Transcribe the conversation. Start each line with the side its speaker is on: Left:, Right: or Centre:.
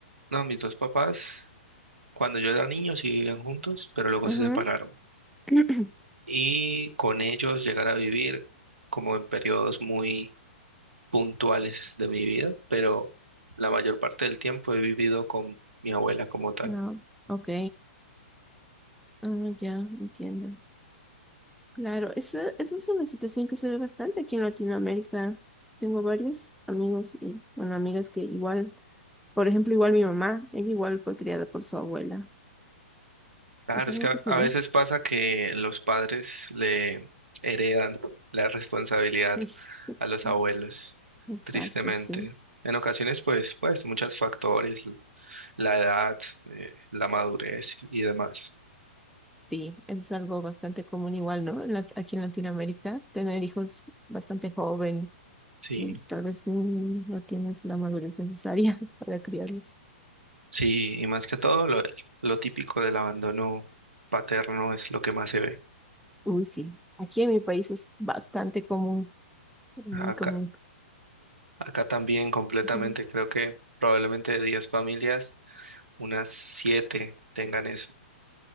Right: No, mis dos papás, cuando yo era niño, sí vivían juntos, pero luego
Centre: ujú.
Right: se separaron.
Centre: <clears throat>
Right: Y con ellos llegar a vivir como en periodos muy puntuales de mi vida, pero la mayor parte del tiempo he vivido con mi abuela como tal.
Centre: Ah, ok. Ah, ya, entiendo. Claro, esa, esa es una situación que se ve bastante aquí en Latinoamérica. Tengo varios amigos y, bueno, amigas que igual. Por ejemplo, igual mi mamá, ella igual fue criada por su abuela.
Right: Claro,
Centre: Es algo
Right: es que a
Centre: que se
Right: a
Centre: ve.
Right: veces pasa que los padres le heredan la responsabilidad
Centre: Sí, <laughs>
Right: a los abuelos,
Centre: exacto,
Right: tristemente.
Centre: sí.
Right: En ocasiones, pues, pues, muchos factores, l- la edad, eh, la madurez y demás.
Centre: Sí, es algo bastante común igual, ¿no? En la- aquí en Latinoamérica, tener hijos bastante joven
Right: Sí,
Centre: y tal vez mm, no tienes la madurez necesaria <laughs> para criarlos.
Right: sí, y más que todo, lo, lo típico del abandono paterno es lo que más se ve.
Centre: Uy, sí. Aquí en mi país es bastante común, muy
Right: Acá,
Centre: común.
Right: acá también completamente,
Centre: Ujú.
Right: creo que probablemente de 10 familias, unas 7 tengan eso.